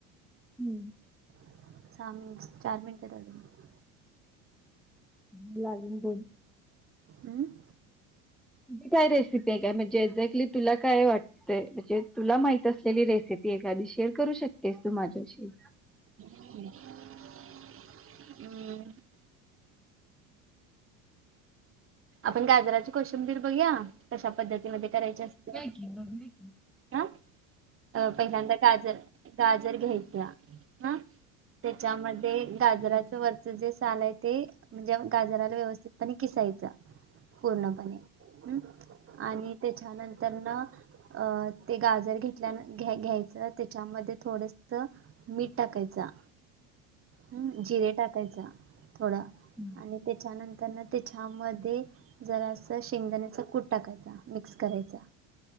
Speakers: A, in the centre; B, on the right (about 30°).
A: हम्म.
B: सहा मिनिट चार मिनिट राहिले.
A: <unintelligible>
B: हम् <unintelligible>
A: ती काय रेसिपी आहे काय म्हणजे एक्झॅक्टली तुला काय वाटतंय म्हणजे तुला माहित असलेली रेसिपी एखादी शेअर करू शकतेस तू माझ्याशी.
B: हम् <unintelligible> आपण गाजराची कोशिंबीर बघूया कशा पद्धतीमध्ये करायची असते
A: ईनो <unintelligible>
B: हा अ पहिल्यांदा गाजर गाजर घ्यायचं हं? त्याच्यामध्ये ते गाजराचं वरचं जे साल आहे ते म्हणजे गजाराला व्यवस्थितपणे खिसायचं पूर्णपणे. हम्म आणि त्याच्यानंतरनं अ ते गाजर घेत <unintelligible> घ-घ्यायचं त्याच्यामध्ये थोडस मीठ टाकायचा. हम्म जिरे टाकायचा थोडा.
A: हम्म.
B: आणि त्याच्यानंतर ना त्यांच्यामध्ये जरासं शेंगदाण्याचा कूट टाकायचा, मिक्स करायचा.